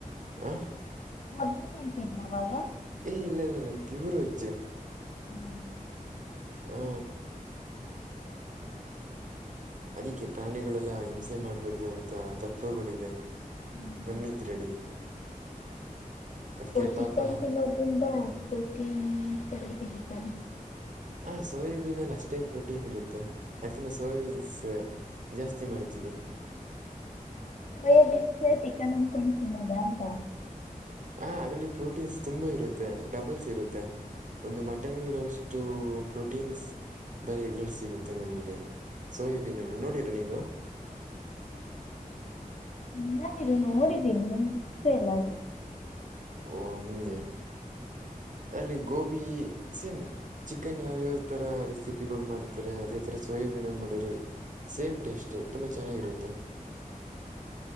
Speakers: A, on the right; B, on the left.
A: ಆ
B: ಮೊದ್ಲು ತಿಂತಿದ್ರಿ ಅವವಾಗ.
A: ಏ್ ಇಲ್ಲ ಇಲ್ಲ ನಾನನ್ ಪ್ಯೂರ್ ವೆಜ್ಜ್
B: ಹ್ಮ್
A: ಹ್ಮ ಅದಿಕ್ಕೆ ಪ್ರಾಣಿಗಳೆಲ್ಲ ಹಿಂಸೆ ಮಾಡ್ಬಿಡ್ದು ಅಂತ ತತ್ವಗಳಿದೆ
B: ಹ್ಮ
A: ನಮ್ಮಿದ್ರಲ್ಲಿ ಅದಕ್ಕೆ
B: ಚಿಕನ್
A: ಪಾಪ
B: ತಿನ್ನೋಡ್ರಿಂದ ಕಟಿ ತತಾರೆ
A: ಹಾಂ ಸೋಯಾಬೀನಲ್ಲಿ ಅಷ್ಟೇ ಪ್ರೋಟೀನ್ ಇರುತ್ತೆ ಅದಕಿಂತ ಸೋಯಾಬೀನ್ಸ್ ಜಾಸ್ತಿ ಮಾಡ್ತೀವಿ
B: ಬಿೇ ಚಿಕನ್ ಅನ್ಕೊಂಡತೀನ್ಿದ ಅಂತ
A: ಹ ಅದರಲ್ಲಿ ಪ್ರೋಟೀನ್ಸ್ ತುಂಬಾ ಇರುತ್ತೆ ಡಬಲ್ಸ್ ಇರುತ್ತೆ. ಒಂದು ಮಟನಗಿರೋಷ್ಟು ಪ್ರೋಟೀನ್ಸ್ ಬರ ಇದ್ರಲ್ಲಿ ಸಿಗುತ್ತೆ ನಮಗೆ. ಸೋಯಿಬೀನಲ್ಲಿ ನೋಡಿಲ್ಲ ನೀವು
B: ಇನ್ನಾದರು ನೋಡಿದ್ದೀನಿ ನಮ ಇತ್ತು ಎಲ್ಲ ಅದು
A: ಓ ಹಂಗೆ ಅಲ್ಲಿ ಗೋಬಿ ಸಿಮ. ಚಿಕನ್ ಯಾವ್ಯಾವ ತರ ರೆಸಿಪಿಗಳು ಮಾಡ್ತಾರೆ ಅದೇ ತರ ಸೋಯಾಬೀನ್ ಏನ್ ಮಾಡಿರ. ಸೇಮ್ ಟೇಸ್ಟ ತುಂಬಾ ಚೆನ್ನಾಗಿರುತ್ತೆ.